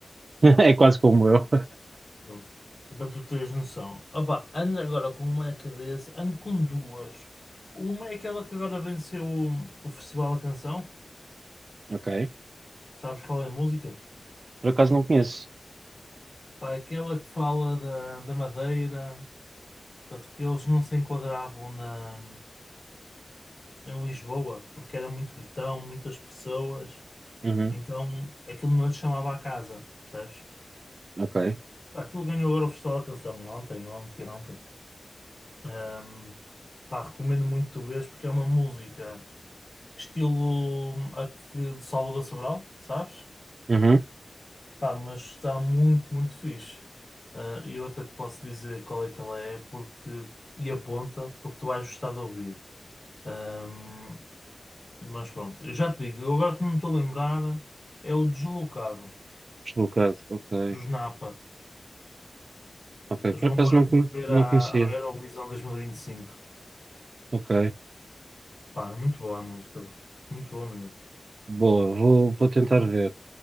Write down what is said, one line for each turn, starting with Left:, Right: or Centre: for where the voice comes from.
Right: <laughs> É quase como eu.
Left: Pronto. Para tu teres noção. Opá, ando agora com uma na cabeça, ando com duas. Uma é aquela que agora venceu o, o Festival da Canção.
Right: Ok.
Left: Sabes qual é a música?
Right: Por acaso não conheço.
Left: Pá, é aquela que fala da, da Madeira. Portanto, que eles não se enquadravam na. em Lisboa, porque era muito botão, muitas pessoas,
Right: Uhum.
Left: então aquilo não lhe chamava a casa, sabes
Right: Ok.
Left: Aquilo ganhou agora o Festival da Canção ontem, ontem, ontem. Ahm, pá, recomendo muito tu vês porque é uma música estilo hum, a que de Salvador Sobral, sabes?
Right: Uhum.
Left: Pá, mas está muito, muito fixe. Ah, E eu até te posso dizer qual é que ela é porque, e aponta, porque tu vais gostar de ouvir. Ahm, Mas pronto, eu já te digo, eu agora que não me estou a lembrar, é o Deslocado,
Right: Deslocado. Ok.
Left: dos Napa.
Right: Ok,
Left: Eles
Right: por
Left: vão
Right: acaso
Left: agora
Right: não, conhe-
Left: ver
Right: não
Left: a,
Right: conhecia.
Left: a Eurovisão 2025.
Right: Ok,
Left: Pá, é muito boa a música, pá. muito boa mesmo.
Right: boa, vou, vou tentar ver.